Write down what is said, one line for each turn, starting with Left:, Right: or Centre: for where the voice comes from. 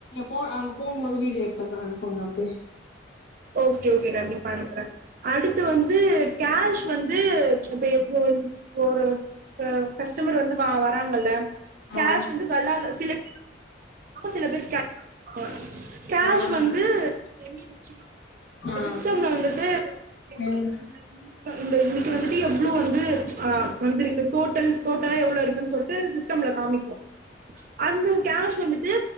Left: போ அங்க போம்போது வீடு எடுத்துக்க அனுப்புங்க அப்டியே
Right: ஓகே ஓகே கண்டிப்பா அனுப்பற அடுத்து வந் து கேஷ் வந்து இப்ப எப்ப ப்போ வரு ப்ப கஸ்டமர் வந்து வராங்கல்ல கேஷ்
Left: ஆ
Right: வந்து கல்லால சிலப் சில பேரு கே <inaudible> கேஷ்
Left: ஆமா
Right: வந்து எண்ணி வெச்சிக்
Left: ஆ
Right: சிஸ்டம்ல வந்துட்டு எவ்ளோ
Left: ம்
Right: இந்த இன்னைக்கு வந்துட்டு எவ்ளோ வந்து அ வந்திருக்கு டோட்டல் டோட்டலா எவ்ளோ இருக்குன் சொல் ட்டு சிஸ்டம்ல காமிக்கு அந்த கேஷ் வந்து